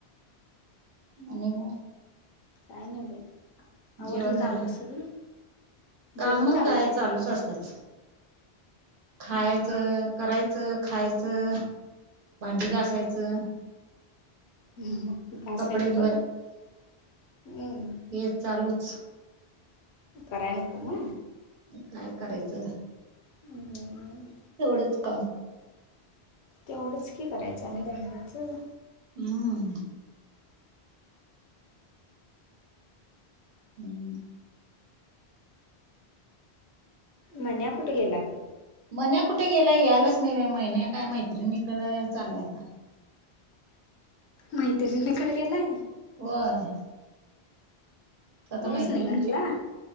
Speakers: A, on the right; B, on the left.
A: आणि काय?
B: काय न्हाय बाई आवरली
A: जेवण झालं
B: काम सगळी?
A: काम
B: जेवण झालं
A: काय चालूच असत्यात खायाचं
B: हम्म
A: करायचं खायचं भांडी घासायचं
B: मग घासाय
A: कपडे
B: नकोत हम्म!
A: हेच चालूच.
B: कराय नको म?
A: काय करायचं.
B: हम्म!
A: एवढंच काम.
B: तेवढंच की करायचं आणि काय करायचं.
A: ह. हम्म <inaudible>
B: मन्या कुठ गेला ग?
A: मन्या कुठ गेला यायलाच नाही, मैंन्या काय मैत्रीणी कड चाललाय आता.
B: मैत्रिणीकड गेलाय?
A: व्हय. तो आता
B: यायच
A: मैत्रिणीची
B: नाही घरला
A: पणं,